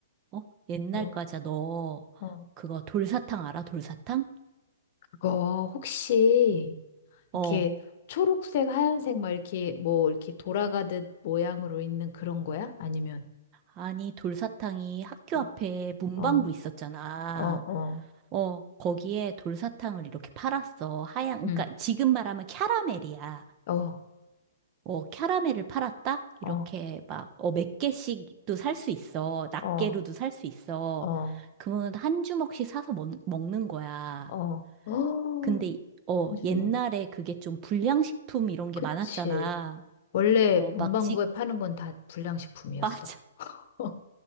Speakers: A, on the right; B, on the left.
A: 어? 옛날
B: 뭐,
A: 과자 너
B: 어.
A: 그거 돌사탕 알아? 돌사탕?
B: 그거, 혹시,
A: 어,
B: 이렇게, 초록색, 하얀색, 막 이렇게, 뭐, 이렇게 돌아가듯 모양으로 있는 그런 거야? 아니면,
A: 아니, 돌사탕이 학교
B: 어
A: 앞에 문방구
B: 어,
A: 있었잖아.
B: 어, 어,
A: 어, 거기에 돌사탕을 이렇게 팔았어. 하얀, 그러니까
B: 응.
A: 지금 말하면 캬라멜이야.
B: 어,
A: 어, 캬라멜을 팔았다? 이렇게
B: 어,
A: 막, 어, 몇 개씩도 살 수 있어. 낱개로도
B: 어,
A: 살 수 있어.
B: 어,
A: 그러면 한 주먹씩 사서 먹, 먹는 거야.
B: 어, 어,
A: 근데, 이- 어,
B: 한주뭐
A: 옛날에 그게 좀 불량식품 이런 게
B: 그치.
A: 많았잖아.
B: 원래
A: 어,
B: 문방구에
A: 막 지,
B: 파는 건 다 불량식품이었어.
A: <laughs> 맞아.
B: <laughs>